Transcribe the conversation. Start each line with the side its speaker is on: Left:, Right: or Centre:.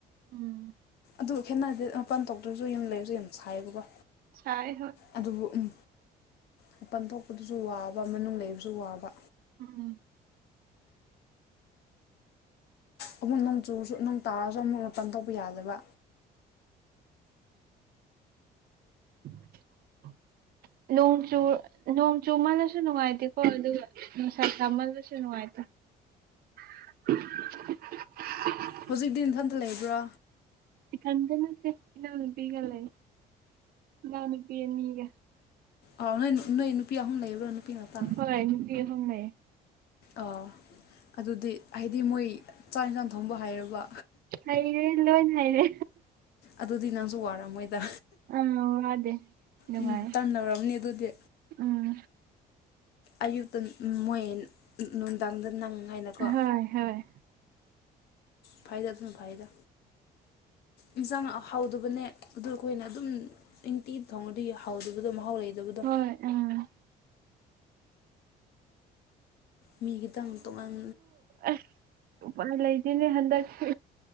Right: ꯎꯝ
Left: ꯑꯗꯨ ꯈꯦꯠꯅꯗꯦ ꯃꯄꯥꯟ ꯊꯣꯛꯣꯛꯇ꯭ꯔꯁꯨ ꯌꯨꯝ ꯂꯩꯔꯁꯨ ꯌꯥꯝ ꯁꯥꯏꯌꯦꯕꯀꯣ
Right: ꯁꯥꯏ ꯍꯣꯏ
Left: ꯑꯗꯨꯕꯨ ꯎꯝ ꯃꯄꯟ ꯊꯣꯛꯄꯗꯨꯁꯨ ꯋꯥꯕ ꯃꯅꯨꯡ ꯂꯩꯕꯁꯨ ꯋꯥꯕ
Right: ꯎꯝ
Left: ꯑꯃꯨꯛ ꯅꯣꯡ ꯆꯨꯔꯁꯨ ꯅꯣꯡ ꯇꯥꯔꯁꯨ ꯑꯃꯨꯛ ꯃꯄꯟ ꯇꯧꯕ ꯌꯥꯗꯕ
Right: <unintelligible> ꯅꯣꯡ ꯆꯨ ꯅꯣꯡ ꯆꯨꯃꯜꯂꯁꯨ ꯅꯨꯡꯉꯥꯏꯇꯦꯀꯣ ꯑꯗꯨꯒ ꯅꯨꯡꯁꯥ ꯁꯥꯥꯃꯜꯂꯁꯨ ꯅꯨꯡꯉꯥꯏꯇꯦ <inaudible>
Left: ꯍꯧꯖꯤꯛꯇꯤ ꯏꯟꯊꯟꯇ ꯂꯩꯕ꯭ꯔꯥ
Right: ꯢꯊꯟꯗꯅꯠꯇꯦ ꯏꯅꯥꯎꯅꯨꯄꯤꯒ ꯂꯩ ꯏꯅꯥꯎꯅꯨꯄꯤ ꯑꯅꯤꯒ
Left: ꯑꯥꯎ ꯅꯣꯏ ꯅꯣꯏ ꯅꯨꯄꯤ ꯑꯍꯨꯝ ꯂꯩꯕ꯭ꯔꯥ ꯅꯨꯄꯤ ꯉꯥꯛꯇ
Right: ꯍꯣꯏ ꯅꯨꯄꯤ ꯑꯍꯨꯝ ꯅꯥꯏ
Left: ꯑ ꯑꯗꯨꯗꯤ ꯍꯥꯏꯗꯤ ꯃꯣꯏ ꯆꯥꯛ ꯏꯟꯁꯥꯡ ꯊꯣꯡꯕ ꯍꯥꯏꯔꯕ
Right: ꯍꯩꯔꯦ ꯂꯣꯏ ꯍꯩꯔꯦ
Left: ꯑꯗꯨꯗꯤ ꯅꯪꯁꯨ ꯋꯥꯔꯝꯃꯣꯏꯗ
Right: ꯑꯝ ꯑꯗꯦ ꯅꯨꯡꯉꯥꯏ
Left: ꯎꯝ ꯇꯟ ꯂꯧꯔꯝꯅꯤ ꯑꯗꯨꯗꯤ
Right: ꯎꯝ
Left: ꯑꯌꯨꯛꯇ ꯃꯣꯏ ꯅꯨꯡꯗꯥꯡꯗ ꯅꯪꯉꯥꯏꯅꯀꯣ
Right: ꯍꯣꯏ ꯍꯣꯏ
Left: ꯐꯥꯏꯗ ꯑꯗꯨ ꯐꯏꯗ ꯏꯟꯁꯥꯡ ꯍꯥꯎꯗꯕꯅꯦ ꯑꯗꯨ ꯑꯩꯈꯣꯏꯅ ꯑꯗꯨꯝ ꯇꯤ ꯊꯣꯡꯉꯗꯤ ꯍꯥꯎꯗꯕꯗꯣ ꯃꯍꯥꯎ ꯂꯩꯗꯕꯗꯣ
Right: ꯍꯣꯏ ꯎꯝ
Left: ꯃꯤ ꯈꯤꯇꯪ ꯇꯣꯡꯉꯥꯟ
Right: ꯑꯦ ꯎꯄꯟ ꯂꯩꯇꯦꯅꯦ ꯍꯟꯗꯛꯇꯤ